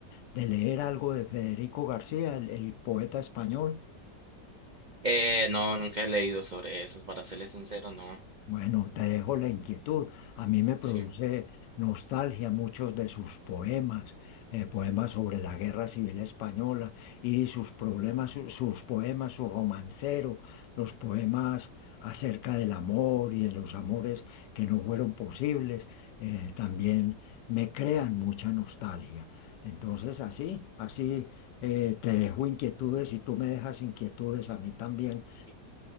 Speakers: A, on the left; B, on the right.
A: de, de leer algo de Federico García, el el poeta español?
B: Eh, no, nunca he leído sobre eso, para serles sincero, no.
A: Bueno, te dejo la inquietud. A mí me produce
B: Sí.
A: nostalgia muchos de sus poemas, eh, poemas sobre la Guerra Civil Española y sus problemas, su- sus poemas, su romancero, los poemas acerca del amor y de los amores que no fueron posibles, eh, también me crean mucha nostalgia. Entonces, así, así eh, te dejo inquietudes y tú me dejas inquietudes a mí también
B: Sí.